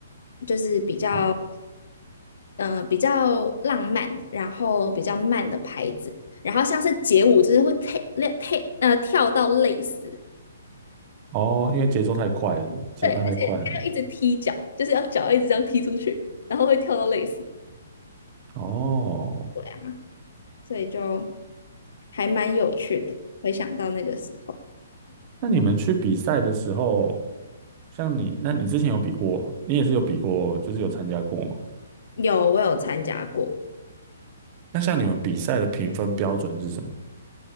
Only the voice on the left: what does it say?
就是比较
嗯、呃比较浪漫，然后比较慢的拍子，然后像是街舞就是会跳跳呃跳到累死，
对，而且他要一直踢脚，就是要脚一直这样踢出去，然后会跳到累死。
对啊，所以就还蛮有趣的。回想到那个时候，
有我有参加过